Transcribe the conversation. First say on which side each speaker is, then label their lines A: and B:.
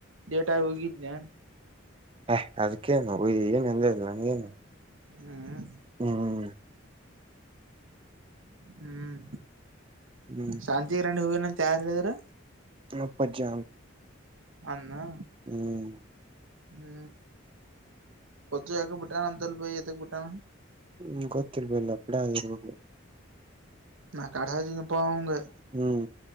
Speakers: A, on the right; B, on the right.
A: ಲೇಟಾಗಿ ಹೋಗಿದ್ನೇ
B: ಹೇ ಅದಕ್ಕೇನು ಏನ್ನಂದಿಲ್ಲ ನಂಗೇನು
A: ಹ್ಮ್
B: ಹ್ಮ್
A: ಹ್ಮ್
B: ಹ್ಮ್
A: ಶಾಂತಿಗರಂಡಿ ಹೋಗ್ಯಾನ ಅಂತ ಯಾರ ಹೇಳಿದ್ರ
B: ಅಪ್ಪಾಜಿ
A: ಅನ್ನನಾ
B: ಹ್ಮ್
A: ಹ್ಮ ಪಬ್ಯಾಕೆ ಬುಟ್ಟಾನನಂತಲ್ಲ ಬೈ ಯದಕ್ಕ ಬುಟ್ಟಾನಾ
B: ಹ್ಮ್ ಗೊತ್ತಿಲ ಬೈ ಲಬ್ದ ಆಗಿರಬೇಕು
A: ನಾ ಕಡಜಿನಪ್ಪ ಅವನಿಗೆ
B: ಹ್ಮ್